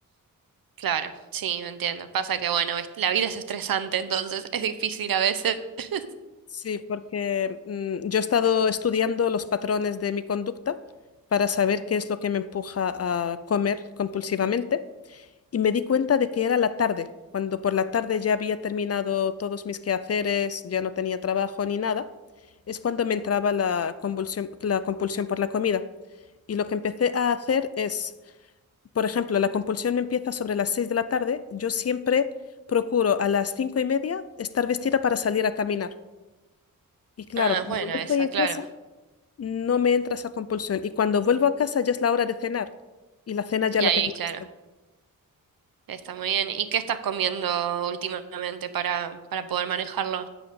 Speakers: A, on the right; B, on the left.
A: claro, sí, entiendo. Pasa que bueno, viste, la vida es estresante, entonces es difícil a veces. <laughs>
B: Sí, porque mm, yo he estado estudiando los patrones de mi conducta para saber qué es lo que me empuja a comer compulsivamente. Y me di cuenta de que era la tarde, cuando por la tarde ya había terminado todos mis quehaceres, ya no tenía trabajo ni nada, es cuando me entraba la convulsión, la compulsión por la comida. Y lo que empecé a hacer es, por ejemplo, la compulsión me empieza sobre las 6 de la tarde, yo siempre procuro a las cinco y media estar vestida para salir a caminar. Y claro,
A: Ah,
B: como
A: bueno,
B: no
A: esa,
B: estoy en
A: claro.
B: casa, no me entra esa compulsión. Y cuando vuelvo a casa ya es la hora de cenar y la cena
A: Y
B: ya la
A: ahí,
B: tengo
A: claro.
B: lista.
A: Está muy bien. ¿Y qué estás comiendo últimamente para, para poder manejarlo?